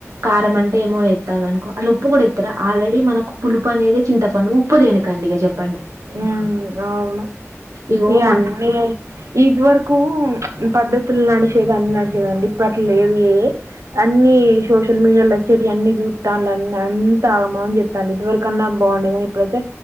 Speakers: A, on the right; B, on the right.
A: కారం అంటే ఏమో ఎత్తాలనుకో అల్లుప్పు కూడా ఏత్తరా ఆల్రెడీ మనకు పులుపనేదే చింతపండు ఉప్పు దేనికండి ఇగ జెప్
B: ఉమ్ అవును
A: ఇగో
B: ఇగ
A: మన
B: అనిగా ఇద్ వరకు పద్ధత్ తుల్ నడిసేగన్ నడిసేవండి ఇప్పట్లేవీ ఏ అన్నీ సోషల్ మీడియాలో వచ్చేటియాన్ని జు జుతాల్ అన్ అంతా ఆగమన్ జేత్తాల్లు ఇదివరకన్నా బావుండే గాని ఇప్పుడైతే